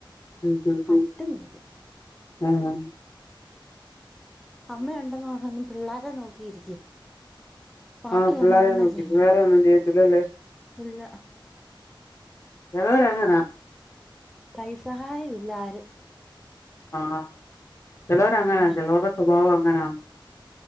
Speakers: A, on the left; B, in the centre.
A: ഉം ഉം
B: പറ്റുന്നില്ല
A: ഉം ഏഹ്
B: അമ്മ ഉണ്ടെന്ന് നന്ന പിള്ളാരെ നോക്കിയിരിക്കും. ബാക്കി
A: ആഹ് പിള്ളേരെ
B: നമ്മളന്നെ
A: നോക്കില്ലേ
B: ചെയ്യണം.
A: വേറെ ഒന്നും ചെയ്യത്തില്ലല്ലേ
B: ഇല്ല.
A: <unintelligible>
B: കൈ സഹായമില്ല ആരും.
A: ആഹ് ചെലോര് അങ്ങനാ
B: ഉണ്ട്
A: ചെലോരുടെ സ്വഭാവം അങ്ങനാ